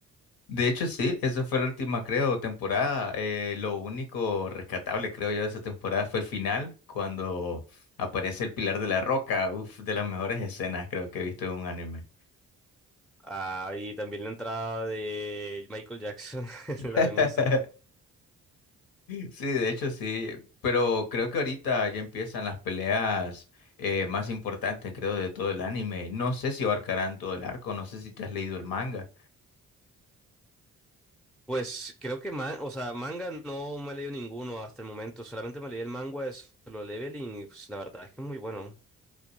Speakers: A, on the left; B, in the centre.
A: De hecho, sí, eso fue la última, creo, temporada. Eh, lo único rescatable, creo yo, de esa temporada fue el final, cuando aparece el Pilar de la Roca. Uf, de las mejores escenas, creo que he visto en un anime.
B: Ah, y también la entrada de Michael Jackson, <laughs>
A: <laughs>
B: la de Musan.
A: Sí, de hecho, sí. Pero creo que ahorita ya empiezan las peleas eh, más importantes, creo, de todo el anime. No sé si abarcarán todo el arco, no sé si te has leído el manga.
B: Pues creo que, ma- o sea, manga no me he leído ninguno hasta el momento, solamente me leí el manga de Solo Leveling y pues, la verdad es que es muy bueno.